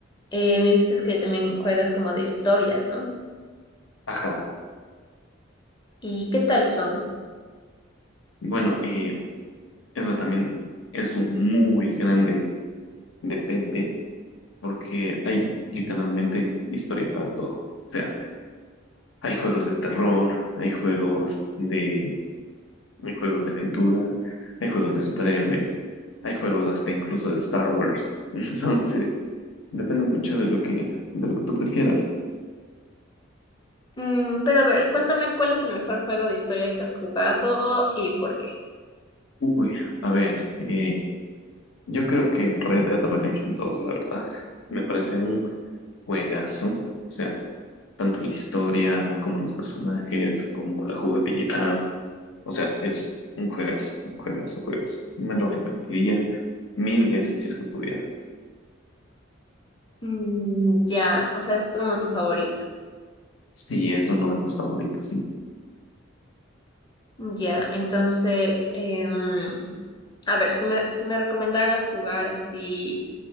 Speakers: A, on the left; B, on the left.
A: eh, me dices que también juegas como de historia, ¿no?
B: ajá,
A: ¿Y qué tal son?
B: bueno, eh, eso también es un muy grande depende porque hay literalmente historia para todo. O sea, hay juegos de terror, hay juegos de Hay juegos de aventura, hay juegos de superhéroes, hay juegos hasta incluso de Star Wars. <laughs> Entonces, depende mucho de lo que, de lo que tú prefieras.
A: Mm, pero a ver, cuéntame cuál es el mejor juego de historia que has jugado y por qué.
B: Uy, a ver, eh, yo creo que Red Dead Redemption dos, la verdad, me parece un juegazo. O sea, tanto la historia como los personajes, como la jugabilidad. O sea, es un juegazo, un juegazo, juegazo. Me lo repetiría mil veces si es que pudiera.
A: Mm, ya, o sea, es como tu favorito.
B: Sí, es uno de mis favoritos,
A: Ya, entonces, em, a ver, si me, si me recomendaras jugar así